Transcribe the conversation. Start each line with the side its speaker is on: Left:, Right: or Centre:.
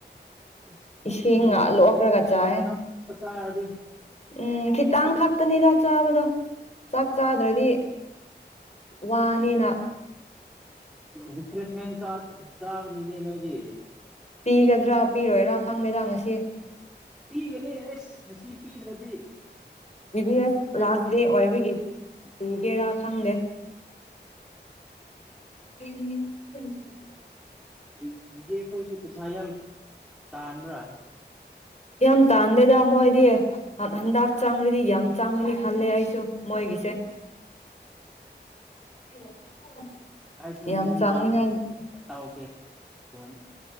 Centre: ꯑꯁ ꯄꯨꯛꯇꯤ
Left: ꯏꯁꯤꯡꯒ
Centre: ꯅꯨꯡꯉꯥꯏꯇꯕꯅꯤꯀꯣ
Left: ꯂꯣꯛꯔꯒ ꯆꯥꯏꯌꯦ
Centre: ꯆꯥꯔꯗꯤ
Left: ꯎꯝ ꯈꯤꯇꯥꯡ ꯈꯛꯇꯅꯤꯗ ꯆꯥꯕꯗꯣ ꯆꯥꯛ ꯆꯥꯗ꯭ꯔꯗꯤ ꯋꯥꯅꯤꯅ
Centre: ꯔꯤꯐ꯭ꯔꯦꯁꯃꯦꯟ ꯆꯥ ꯆꯥꯒꯅꯤꯅꯦ ꯅꯣꯏꯗꯤ
Left: ꯄꯤꯒꯗ꯭ꯔꯥ ꯄꯤꯔꯣꯏꯔꯥ ꯈꯪꯗꯦꯗ ꯉꯁꯤ
Centre: ꯄꯤꯒꯅꯤ ꯑꯦꯁ ꯉꯁꯤ ꯄꯤꯗ꯭ꯔꯗꯤ
Left: ꯕꯤꯕꯤ ꯑꯦꯐ
Centre: ꯀꯩ
Left: ꯂꯥꯁ
Centre: ꯅꯨꯃꯤꯠꯇ
Left: ꯗꯦ ꯑꯣꯏꯕꯒꯤ
Centre: ꯄꯤꯗꯣꯏꯅꯣ
Left: ꯄꯤꯒꯦꯔꯥ ꯈꯪꯗꯦ <unintelligible>
Centre: ꯗꯤ ꯗꯤ ꯖꯦ ꯈꯣꯏꯁꯨ ꯄꯩꯁꯥ ꯌꯥꯝ ꯇꯥꯟꯕ꯭ꯔꯥ
Left: ꯌꯥꯝ ꯇꯥꯟꯗꯦꯗ ꯃꯣꯏꯗꯤ ꯍꯟꯗꯛ ꯆꯥꯡꯉꯗꯤ ꯌꯥꯝ ꯆꯥꯡꯉꯅꯤ ꯈꯜꯂꯦ ꯑꯩꯁꯨ ꯃꯣꯏꯒꯤ ꯄꯤꯁꯦ <unintelligible>
Centre: ꯑꯩꯁ ꯅꯨꯡꯃꯡ
Left: ꯌꯥꯝ ꯆꯥꯡꯅꯤꯡꯉꯥꯏ
Centre: ꯇꯧꯒꯦ ꯐꯣꯟ